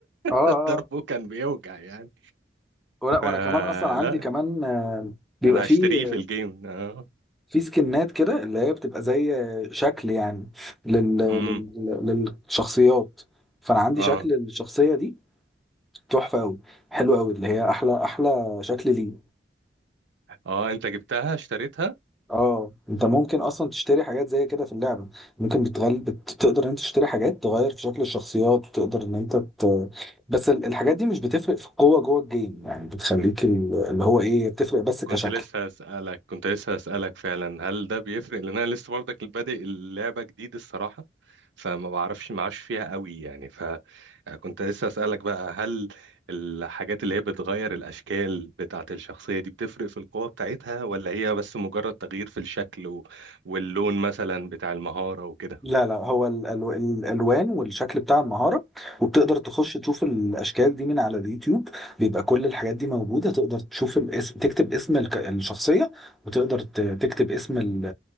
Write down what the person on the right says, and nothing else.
<laughs>
ضربه كان بيوجع يعني
فلا
انا
هشتريه في الجيم اه
امم
اه
اه انت جبتها اشتريتها
كنت لسه هسألك كنت لسه هسألك فعلا هل ده بيفرق لان انا لسه برضك بادئ اللعبة جديد الصراحة فما بعرفش معاش فيها قوي يعني فكنت لسه هسألك بقى هل الحاجات اللي هي بتغير الأشكال بتاعة الشخصية دي بتفرق في القوة بتاعتها ولا هي بس مجرد تغيير في الشكل و- واللون مثلا بتاع المهارة وكده